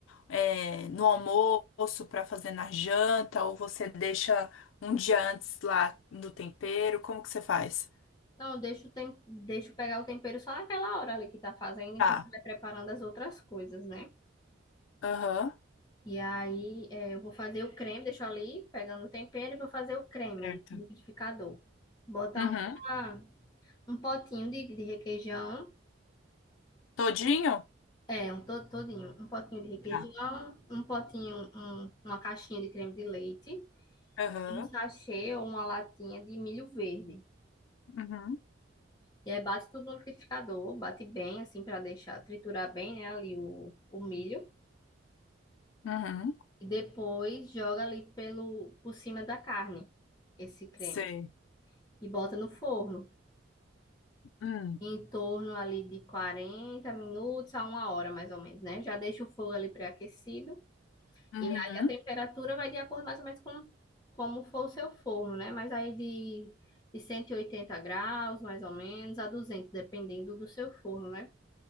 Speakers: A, on the left (about 85°); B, on the left (about 20°).
A: é, no almoço para fazer na janta, ou você deixa um dia antes lá no tempero, como que você faz?
B: Então, deixa o tem, deixa pegar o tempero só naquela hora ali que tá fazendo, enquanto
A: Tá,
B: vai preparando as outras coisas, né?
A: aham,
B: E aí, é, eu vou fazer o creme, deixo ali, pegando o tempero, e vou fazer o creme
A: Certo.
B: no liquidificador. Botar
A: uhum.
B: uma- um potinho de, de requeijão,
A: Todinho?
B: é, um todo, todinho, um potinho de requeijão,
A: Tá.
B: um potinho, um- uma caixinha de creme de leite,
A: Aham,
B: e um sachê ou uma latinha de milho verde.
A: uhum,
B: E aí bate tudo no liquidificador, bate bem, assim, para deixar triturar bem, né, ali o, o milho.
A: uhum,
B: E depois joga ali pelo, por cima da carne, esse creme.
A: Sei.
B: E bota no forno.
A: Hum.
B: em torno ali de 40 minutos a uma hora, mais ou menos, né? Já deixa o fogo ali pré-aquecido.
A: uhum,
B: E aí a temperatura vai de acordo mais ou menos com como for o seu forno, né? Mas aí de, de 180 graus, mais ou menos, a 200, dependendo do seu forno, né?